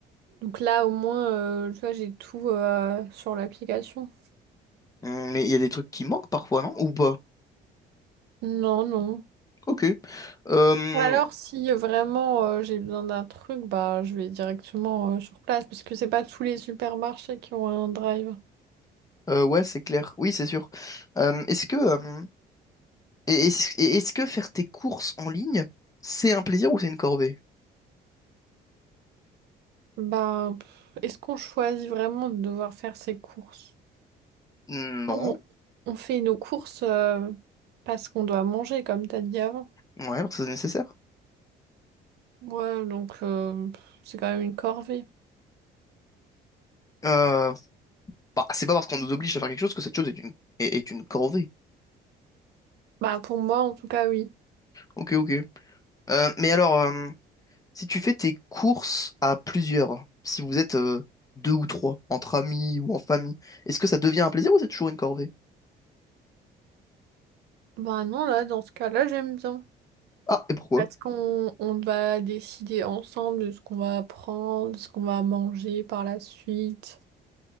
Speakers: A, on the right; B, on the left.
A: Donc là, au moins, euh, tu vois, j'ai tout euh, sur l'application.
B: Hum, Mais il y a des trucs qui manquent parfois, non? Ou pas?
A: Non, non.
B: Ok. Euh,
A: Ou alors, si vraiment euh, j'ai besoin d'un truc, bah, je vais directement euh, sur place parce que c'est pas tous les supermarchés qui ont un drive.
B: euh, ouais, c'est clair. Oui, c'est sûr. Euh, est-ce que Et est-ce, et est-ce que faire tes courses en ligne, c'est un plaisir ou c'est une corvée?
A: Bah, pff, est-ce qu'on choisit vraiment de devoir faire ses courses?
B: Non.
A: Quand on on fait nos courses euh, parce qu'on doit manger, comme t'as dit avant.
B: Ouais, parce que c'est nécessaire.
A: Ouais, donc euh, c'est quand même une corvée.
B: Euh, bah, c'est pas parce qu'on nous oblige à faire quelque chose que cette chose est une, est, est une corvée.
A: Bah pour moi en tout cas oui.
B: Ok, ok. Euh, mais alors, euh, si tu fais tes courses à plusieurs, si vous êtes euh, deux ou trois, entre amis ou en famille, est-ce que ça devient un plaisir ou c'est toujours une corvée?
A: Bah non là dans ce cas-là j'aime bien.
B: Ah, et pourquoi?
A: Parce qu'on on va décider ensemble de ce qu'on va prendre, de ce qu'on va manger par la suite.